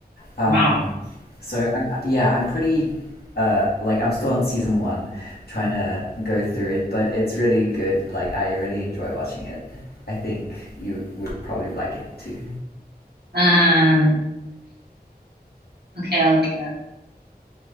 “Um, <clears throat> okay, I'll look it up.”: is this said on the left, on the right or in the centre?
Right